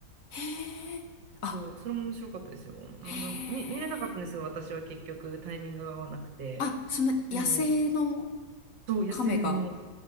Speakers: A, on the left; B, on the right.
A: へー。あ、
B: そう、それも面白かったですよ。あの、
A: へー。
B: 見、見れなかったんですよ、私は結局、タイミングが合わなくて。
A: あ、そんな野生の
B: でも、そう、野生の、
A: 亀が。